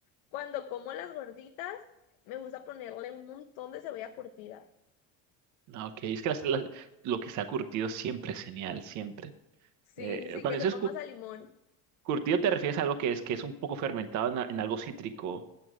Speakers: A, on the left (about 75°); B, on the right (about 50°).
A: cuando como las gorditas, me gusta ponerle un montón de cebolla curtida.
B: Ah, ok. Es que las- las- lo que está curtido siempre es genial, siempre.
A: Sí,
B: Eh,
A: sí, sí,
B: cuando
A: que
B: dices
A: sepa
B: cu-
A: más a limón.
B: curtido te refieres a algo que es, que es un poco fermentado en, a- en algo cítrico.